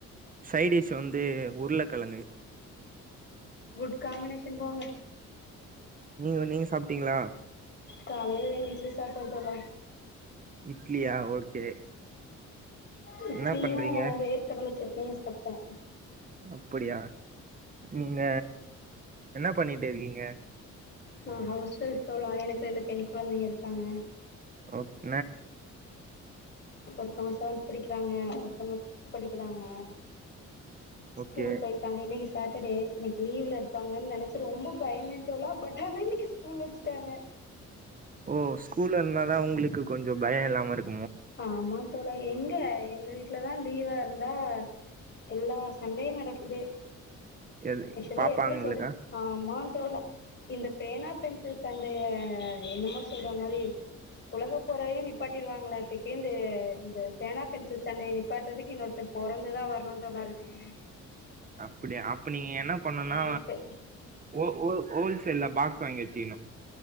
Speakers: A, on the right; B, on the left.
A: சைடிஷ் வந்து உருளக்கெழங்கு
B: குட் காமினேஷன் போங்க
A: நீங்க நீங்க சாப்ட்டீங்களா
B: காலைல ரெண்டு இட்லி சாப்ட் போதோல
A: இட்லியா ஓகே
B: இட்லியும்
A: என்ன பண்றீங்க
B: வேர்கடள சட் <unintelligible> சட்னி பே
A: அப்படியா நீங்க என்ன பண்னீட்டு இருக்கீங்க
B: ஆஹ் ஹவுஸ் ஒய்ஃப் தோலா எனக்கு ரெண்டு பெண் குழந்தைங்க இருக்காங்க
A: அபரோ
B: ஒருதவங்க செவன்த் படிக்கிறாங்க ஒருத்தங்க ஃபிப்த் படிக்கிறாங்க ஸ்கூல்
A: ஓகே
B: பொய்ட்டாங்க இன்னக்கி ஸ்கூ சாட்டர்டே இன்னக்கி லீவ்ல இருப்பாங்கன்னு நெனச்சி ரொம்ப பயம்ந்த தோலா பட் ஆனா இன்னக்கி ஸ்கூல் வச்சுட்டாங்க
A: ஓ ஸ்கூல் இருனாதான் ஒங்களுக்கு கொஞ்சம் பயம் இல்லாம இருக்கு
B: ஆமா தோளா எங்க எங்க வீட்லதான் லீவா இருந்தா எல்லா சண்டையும் நடக்குதே
A: எது
B: அக்க்ஷுவலா
A: பாப்பாங்களுக்கா
B: எப்படி சொல்றது ஆமா தோலா இந்த பேனா பென்சில்ஸ் சண்டயே ஆ என்னமோ சொல்ற மாரி உலக போறயே நிப்பாட்டிருவாங்களாட்டுக்கு இந்த இந்த பேனா பென்சில் சண்டையே நிப்பாட்றதுக்கு இன்னொருத்தர் பொறந்து தான் வரணுன்ற மாரி இருக்கு
A: அப்புடியா அப்ப நீங் நீங்க என்ன பண்ணனா
B: அப்டின்ட்டு
A: ஓ ஓ ஓல்சேல்ல பா ங்கி வச்சீகணு